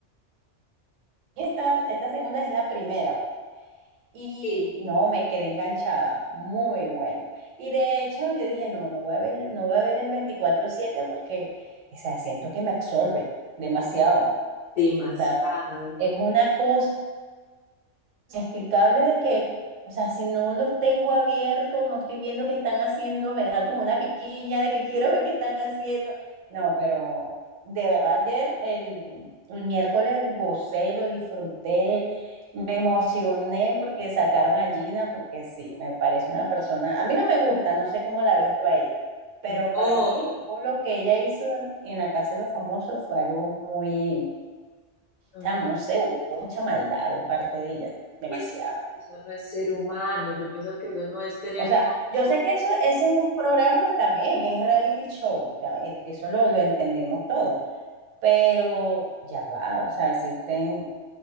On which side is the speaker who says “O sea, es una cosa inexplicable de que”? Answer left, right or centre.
Right